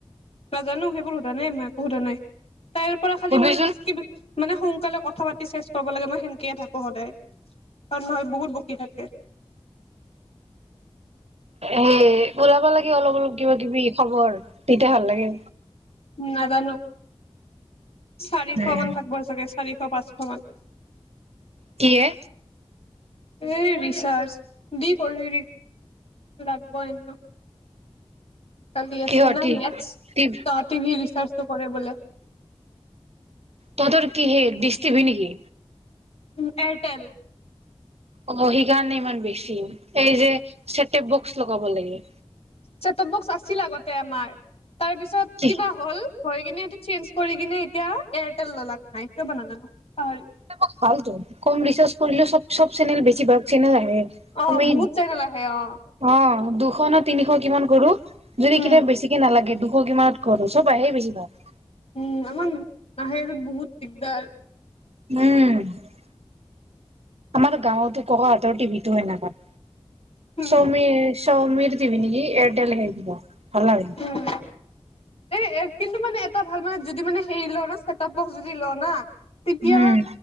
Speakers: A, on the left (about 70°); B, on the right (about 80°).
A: নাজানো সেইবোৰ সোধা নাই মই একো সোধা নাই তাইৰ পৰা খালি
B: সুধবিচোন
A: মই কি মানে সোনকালে কথা পাতি চেষ্ট কৰিব লাগে মই সেনেকেই থাকো সদায় হয় কাৰন বহুত বকি থাকে
B: এ ওলাবা লাগে অলপ অলপ কিবা কিবি খবৰ তেতিয়া ভাল লাগে
A: নাজানো চাৰিশ
B: উম
A: মান থাকিব চাগে চাৰিশ পাঁচ শমান
B: কি এ
A: এই ৰিচাৰ্জ দি কৰি দি লাগিব এনেও কালি আছে
B: কিহৰ
A: না
B: টি
A: মেটছ
B: টি
A: ত টি ভি ৰিচাৰ্জটো কৰে বোলে
B: তহতৰ কি সেই ডিছ টিভি নিকি?
A: উ এয়াৰটেল
B: অ সেকাৰণে ইমান বেছি এই যে ছেটঅপ বক্স লগাব লাগে
A: চেটপ বক্স আছিল আগতে আমাৰ তাৰপিছত
B: কি
A: কিবা হ'ল হৈ কিনে এইটো চেঞ্জ কৰি কিনে এতিয়া এয়াৰটেল ললাক না কিয় বা নাজানো পাহৰিলো
B: <unintelligible> ভালটো কম ৰিচাৰ্জ কৰিলেও চব চব চেনেল বেছিভাগ চেনেল আহে
A: অ
B: আমি
A: বহুত চেনেল আহে অ
B: অ দুশ নে তিনিশ কিমান কৰো যদি
A: উম
B: কেতিয়াবা বেছিকে নালাগে দুশ কিমানত কৰো চব আহেই বেছিভাগ
A: উম আমাৰ নাহে <unintelligible> বহুত দিগদাৰ
B: উম আমাৰ গাঁৱতো ককা হতৰ টিভিতো সেনেকুৱা
A: উম
B: ছাউমি ছাউমিৰ টিভি নেকি এয়াৰটেল হেইকিতা ভালাই
A: উম এ কিন্তু মানে এটা ভাল মানে যদি মানে হেৰি ল না চেটতপ বক্স যদি ল না তেতিয়া
B: উম